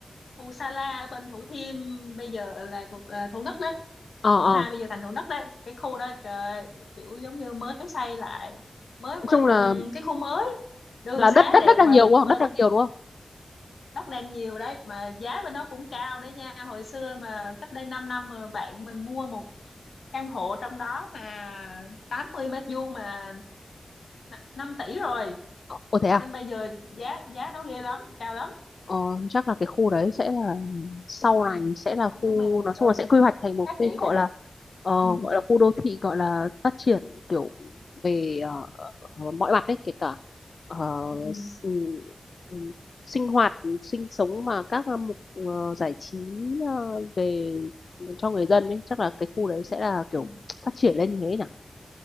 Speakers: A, on the left (about 85°); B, on the left (about 60°).
A: khu Sa La ở bên Thủ Thiêm bây giờ là thuộc ờ, Thủ Đức đấy
B: ờ
A: quận
B: ờ
A: hai bây giờ thành Thủ Đức đấy cái khu đó trời ơi, kiểu giống như mới xây lại mới
B: nói
A: mới
B: chung là
A: ừm, cái khu mới đường
B: là
A: xá
B: đất đất
A: đẹp
B: đất đang
A: mà
B: nhiều đúng
A: bên
B: không đất đang nhiều đúng không
A: đất đai nhiều đấy mà giá bên đó cũng cao đấy nha hồi xưa mà cách đây 5 năm mà bạn mình mua một căn hộ trong đó mà 80 mét vuông mà n- 5 tỷ rồi
B: ồ thế à
A: nên bây giờ giá giá đó ghê lắm cao lắm
B: ờ, chắc là cái khu đấy sẽ là sau
A: ừ.
B: này sẽ là khu
A: nhưng mà
B: nói
A: ừ,
B: chung là sẽ quy hoạch thành một
A: phát
B: khu
A: triển
B: gọi
A: đấy
B: là ờ,
A: ừ.
B: gọi là khu đô thị gọi là phát triển kiểu về ờ, ờ, mọi mặt đấy kể cả ờ,
A: Ừ. Ừ.
B: s- ừm, sinh hoạt sinh sống mà các hạng mục ờ, giải trí ờ, về cho người dân ấy chắc là cái khu đấy sẽ là kiểu
A: Ừ.
B: phát triển lên như thế nhỉ